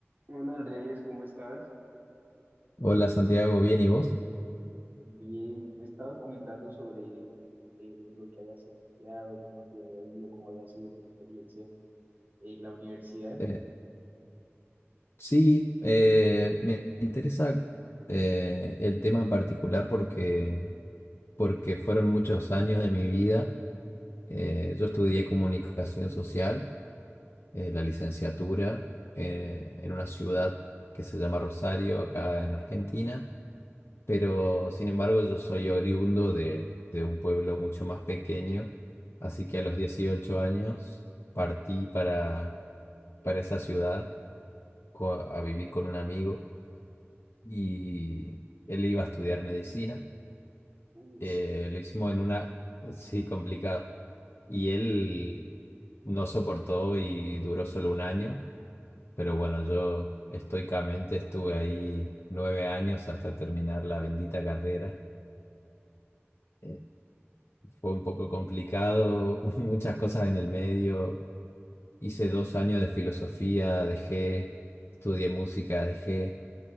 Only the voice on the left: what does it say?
Hola Santiago, ¿bien y vos?
Eh, sí, eh, me interesa eh, el tema en particular porque, porque fueron muchos años de mi vida. Eh, yo estudié comunicación social, eh, la licenciatura, eh, en una ciudad que se llama Rosario, acá en Argentina, pero sin embargo yo soy oriundo de, de un pueblo mucho más pequeño, así que a los 18 años partí para, para esa ciudad co- a vivir con un amigo y él iba a estudiar medicina.
Eh, lo hicimos en una, <laughs> sí, complicado. Y él no soportó y duró solo un año, pero bueno, yo estoicamente estuve ahí nueve años hasta terminar la bendita carrera. Eh, fue un poco complicado, <laughs> muchas cosas en el medio. Hice dos años de filosofía, dejé, estudié música, dejé.